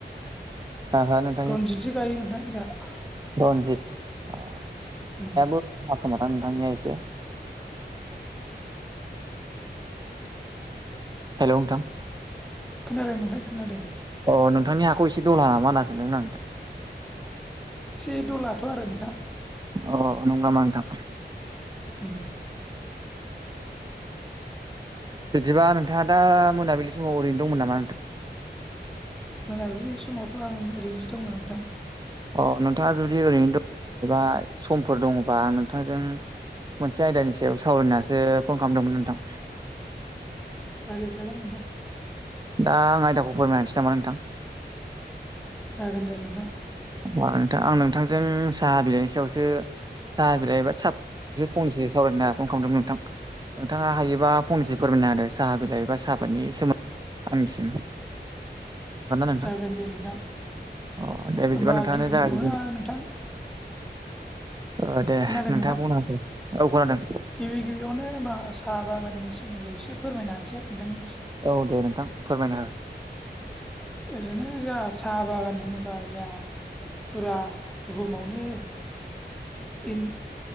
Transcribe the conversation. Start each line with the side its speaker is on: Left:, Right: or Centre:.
Right: नोंथां।
Centre: रनजित जि गायो नोंथां जोंहा
Right: रनजित दाबो
Centre: उम
Right: खोमाथां नोंथांनिया एसे हेल' नोंथां।
Centre: खोनादों नोंथां खोनादों।
Right: अ नोंथांनि हाखौ एसे दलला नामा होनना सोंदोंमोन नोंथां।
Centre: एसे द' लाथ' आरो नोंथां।
Right: अ नंगौ नोंथां।
Centre: <inaudible>
Right: बिदिबा नोंथाङा दा मोनाबिलि समाव ओरैनो दंमोन नामा नोंथां?
Centre: मोनाबिलि समावथ' आं ओरैनोसो दङ नोंथां।
Right: अ नोंथाङा जुदि ओरैनो दंबा एबा समफोर दङबा आं नोंथांजों मोनसे आयदानि सायाव सावरायनासो फन खालामदोंमोन नोंथां।
Centre: रायाजागोन नोंथां।
Right: दा आं आयदाखौ फोरमाय हानोसै नामा नोंथां?
Centre: जागोन दे नोंथां।
Right: नोंथां आं नोंथांजों साहा बिलाइनि सायावसो साहा बिलइबबाय साबसे फंनैसो सावरायनो फन खालामदोंमोन नोंथां। नोंथाङा हायोबा फंनैसेो फोरमायनो हदो साहा बिलाइबा साहाफोरनि सोमोन्दै आंनिसिम <inaudible> नोंथां
Centre: जागोन दे नोंथां
Right: अ दे बिदिबा
Centre: होमबा
Right: नोंथाङानो
Centre: गिबि
Right: जागायजेनदो
Centre: गिबियावनो नोंथां।
Right: अ दे
Centre: खोनादों
Right: नोंथाङा
Centre: नोंथां
Right: बुंनो हागौ औ खोनादों।
Centre: गिबि गिबियावनो हबा साहा बागाननि सोमोन्दै एसे फोरमायनो होनसै नोंथांनि
Right: औ दे नोंथां फोरमायना हो
Centre: ओरैनो जाों साहा बागान होनोबा जों फुरा बुहुमावनो इन